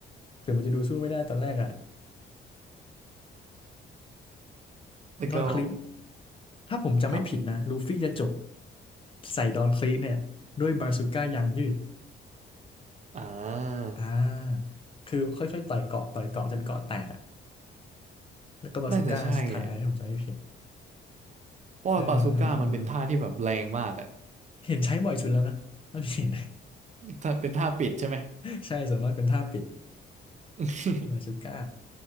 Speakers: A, on the left (about 25°); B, on the right (about 35°).
A: ถึงมันจะดูสู้ไม่ได้ตอนแรกอะ
B: แล้วก็
A: ดอนคลิกถ้าผมจำไม่ผิดนะลูฟี่จะจบ
B: ครับ
A: ใส่ดอนคลิกเนี่ยด้วยบาซูก้ายางยืด
B: อ่า
A: อ่าคือค่อยๆต่อยเกาะต่อยเกาะจนเกาะแตก แล้วก็บาซูก้าสุดท้ายถ้าผมจำไม่ผิด
B: น่าจะใช่อะเพราะว่าบาซูก้ามันเป็นท่าที่แบบแรงมากอะ
A: เออเออเออเห็นใช้บ่อยสุดแล้วนะเท่าที่เห็น
B: ถ้าเป็นท่าปิดใช่ไหม
A: <laughs> ใช่ส่วนมากเป็นท่าปิด
B: <laughs>
A: บาซูก้า